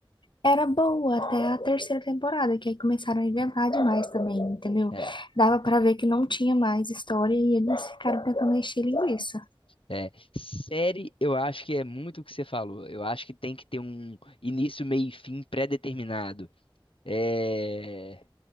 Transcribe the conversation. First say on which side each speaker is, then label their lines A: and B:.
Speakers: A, on the left; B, on the left.
A: Era boa até a terceira temporada, que aí começaram a inventar demais também, entendeu?
B: É,
A: Dava pra ver que não tinha mais história e eles ficaram tentando encher linguiça.
B: é. Série, eu acho que é muito o que você falou. Eu acho que tem que ter um início, meio e fim pré-determinado. É